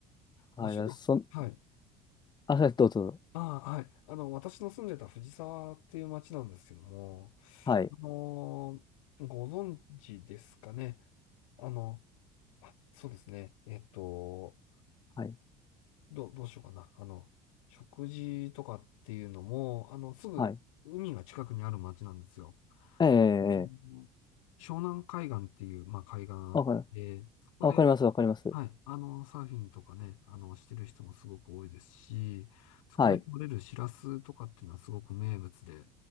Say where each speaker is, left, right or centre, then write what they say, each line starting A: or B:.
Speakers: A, on the left; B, on the left.
A: まあ、
B: はい、
A: ちょっと、
B: だそん、
A: はい。
B: あ、そうですどうぞ、どうぞ。
A: ああ、はい。あの、私の住んでた藤沢っていう町なんですけども、
B: はい、
A: あのーご存知ですかね。あの、あ、そうですね。えっと、
B: はい、
A: ど、どうしようかな。あの、食事とかっていうのも、あの、すぐ海が近くにある町なんですよ。
B: はい。ええええええ
A: うん湘南海岸っていう、まあ、海岸あって、
B: わかる、
A: そこで、
B: あわかります、わかります。
A: はい、あの、サーフィンとかね、あの、してる人もすごく多いですし、そこで取れるシラスとかっていうのはすごく名物で、
B: はい。